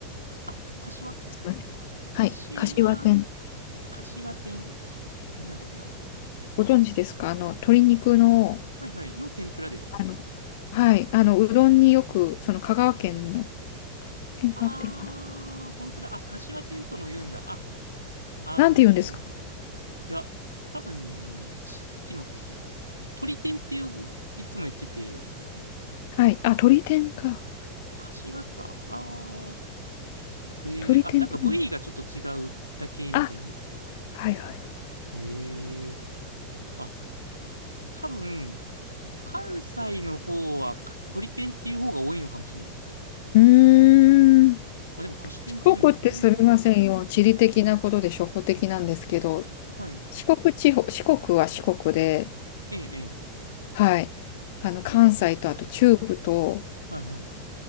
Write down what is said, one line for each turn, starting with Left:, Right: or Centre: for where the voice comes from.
Right: あ、柏
Left: いませんはい。
Right: 柏、
Left: 柏天。
Right: 柏店。ちょどんなんやったっけな。
Left: ご存知ですかあの鶏肉の、
Right: はいはい。の天ぷらですか
Left: あの、はい。あのうどんによく、その香川県の、県が合ってるかな
Right: あー、本当だ。あ、柏天とも言うんだ。あ、あの
Left: なんて言うんですか
Right: ーいや、多分ね、地域のち、鳥天っていういつも言ってて、
Left: はい。あ、鶏天か。
Right: 柏か。あー、えー、
Left: 鶏天って言うの。
Right: あ、なんか部位がちょっと違うだけみたいな。
Left: あはいはい。
Right: へえー、あ、多分、関西の方はか鳥天っていう方が多いのかもしれないです。
Left: うーん。
Right: あ、でも菓子天って言うんだ。
Left: 四国ってすみませんよ。
Right: へえー、
Left: 地理的なことで初歩的なんですけど、
Right: はい。
Left: 四国地方、四国は四国で、
Right: ええ、ええ、
Left: はい。あの、関西とあと中部と、
Right: はいはい。